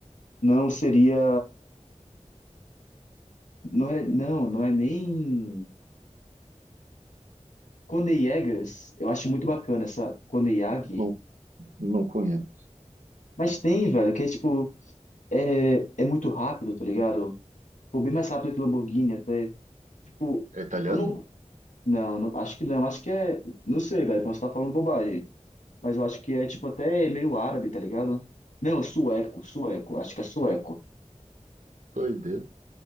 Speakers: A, on the left (about 80°); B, on the right (about 85°).
A: Não seria... Não é, não, não é nem. Cone Jägers, eu acho muito bacana essa Cone Yagi.
B: Não, não conheço.
A: Mas tem, velho, que é tipo, é, é muito rápido, tá ligado? Pô, bem mais rápido que Lamborghini até. Tipo,
B: É italiano?
A: eu não. Não, não- acho que não, acho que é. Não sei, velho, posso estar falando bobagem. Mas eu acho que é, tipo, até meio árabe, tá ligado? Não, sueco, sueco, acho que é sueco.
B: Doideira.